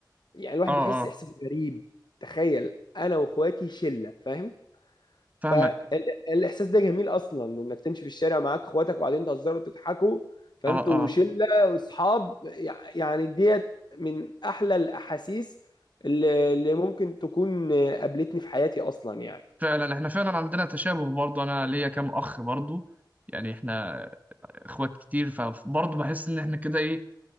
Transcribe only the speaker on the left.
يعني الواحد
بيحس
احساس غريب تخيل انا واخواتي شله فاهم
فالاحساس ده جميل اصلا انك تمشي في الشارع معاك اخواتك وبعدين تهزروا وتضحكوا فانتوا
شله واصحاب يع- يعني ديت من احلى الاحاسيس اللي اللي ممكن تكون قابلتني في حياتي اصلا يعني